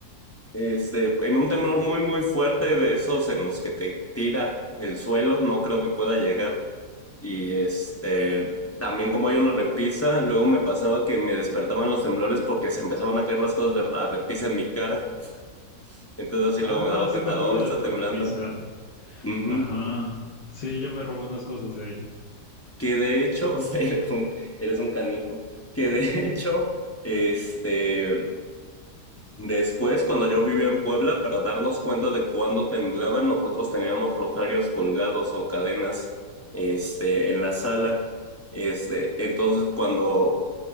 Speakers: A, on the left; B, on the left.
A: este, en un temblor muy, muy fuerte de esos en los que te tira el suelo, no creo que pueda llegar. Y este, también como hay una repisa, luego me pasaba que me despertaban los temblores porque se empezaban a caer las cosas de la repisa en mi cara. Entonces así
B: Ah,
A: luego me daba cuenta,
B: sí me acuerdo
A: oh, está
B: de tu
A: temblando.
B: repisa.
A: Ujú.
B: Ajá. Sí, yo me robé unas cosas de ahí.
A: Que de hecho, <laughs> eres un, eres un canijo. Que de <laughs> hecho, este, después cuando yo vivía en Puebla, para darnos cuenta de cuándo temblaba, nosotros teníamos rosarios colgados o cadenas, este, en la sala. Este, entonces cuando